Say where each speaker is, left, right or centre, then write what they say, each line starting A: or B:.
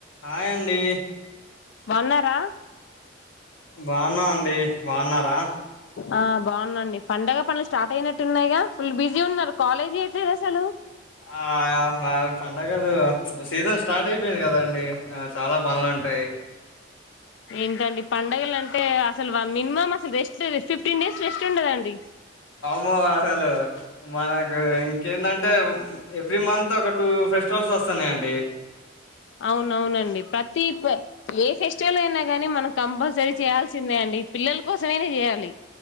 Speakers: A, on the left; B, on the left.
A: హాయండి
B: బన్నారా
A: బాగున్నావు అండి బాగున్నారా
B: ఆ బాగున్నాండి పండగ పనులు స్టార్ట్ అయినట్టు ఉన్నాయిగా ఫుల్ బిజీ ఉన్నారు కాలేజ్ చేయట్లేదు అసలు
A: ఆ మా పండగలు సీజన్ స్టార్ట్ అయిపోయింది కదండి చాలా పనులుంటాయి
B: ఏంతండి పండడుగల అంటే అసలు మినిమం అసలు రెస్ట్ ఫిఫ్టీన్ డేస్ శ్రే ఉండదాండి
A: మో అసలు మనకు ఇంకేంటంటే ఎవ్రీ మంత్ ఒక టూ ఫెస్టివల్స్ వస్తున్నాయంండి
B: అవునవునండి ప్రతి ఏ ఫెస్ పల అయినా కానీ మనం కంపల్సరీ చేయాల్సిందే అండి పిల్లల కోసమైన చేయాలి